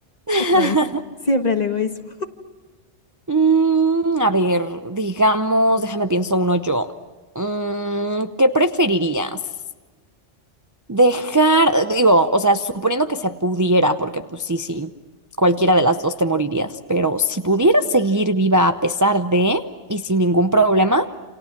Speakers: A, on the right; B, on the left.
A: <laughs>
B: Otra vez. Siempre el egoísmo.
A: Mm, a ver, digamos, déjame pienso uno yo. Mm, ¿qué preferirías? Dejar, digo, o sea, suponiendo que se pudiera, porque pues sí, sí, cualquiera de las dos te morirías, pero si pudieras seguir viva a pesar de y sin ningún problema,